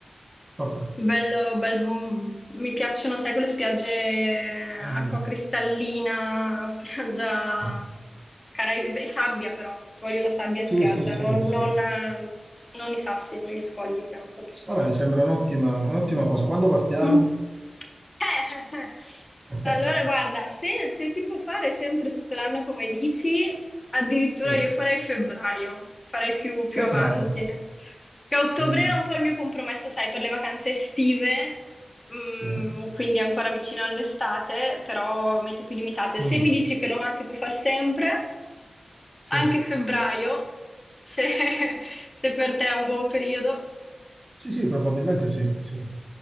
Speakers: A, on the right; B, on the left.
A: Vabbè.
B: Bello, bel- mm, mi piacciono, sai, quelle spiagge acqua
A: Mm.
B: cristallina, <laughs> spiaggia
A: Ok.
B: Caraibi- beh, sabbia però, voglio la sabbia in
A: Sì,
B: spiaggia,
A: sì, sì,
B: non,
A: sì.
B: non, eh, non i sassi, non gli scogli, che è un po' più scomodo.
A: Vabbè, mi sembra un'ottima un'ottima cosa. Quando partiamo?
B: Mm. Eh,
A: <laughs>
B: Allora, guarda, se, se si può fare sempre tutto l'anno come dici, addirittura
A: Sì.
B: io farei febbraio, farei più, più
A: Febbraio.
B: avanti. Che a ottobre
A: Mm,
B: era un po' il mio compromesso, sai, per le vacanze estive, mm,
A: Sì.
B: quindi ancora vicino all'estate, però mete più limitate.
A: Mm,
B: Se mi dici che l'Oman si può fare sempre,
A: Sì.
B: anche febbraio, se <laughs> se per te è un buon periodo.
A: Sì, sì, probabilmente sì, sì.